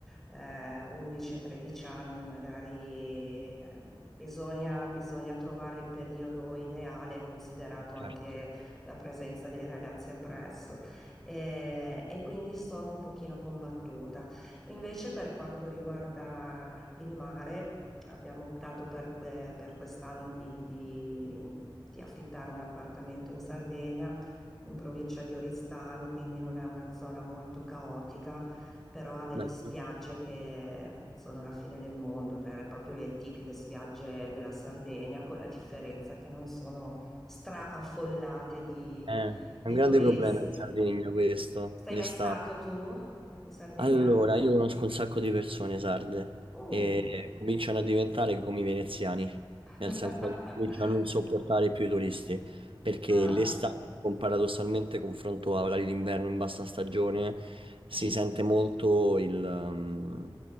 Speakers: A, in the centre; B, on the right (about 85°).
A: eh, 11-13 anni magari eh, bisogna, bisogna trovare il periodo ideale, considerato
B: certo.
A: anche la presenza dei ragazzi appresso. E, e quindi sono un pochino combattuta. Invece per quanto riguarda il mare, abbiamo optato per, que- per quest'anno di, di- di affittare un appartamento in Sardegna, in provincia di Oristano, quindi non è una zona molto caotica, però ha delle
B: Beh.
A: spiagge che sono la fine del mondo, cioè proprio le tipiche spiagge della Sardegna, con la differenza che non sono straaffollate di,
B: Eh,
A: di
B: è un grande
A: turisti.
B: problema in Sardegna questo,
A: Sei
B: l'estate,
A: mai stato tu in Sardegna?
B: allora, io conosco un sacco di persone sarde
A: Uh!
B: e cominciano a diventare come i veneziani,
A: <laughs>
B: nel senso che cominciano a non sopportare più i turisti, perché
A: Ah,
B: l'estate, con- paradossalmente, confronto a orari d'inverno in bassa stagione, si sente molto il, um,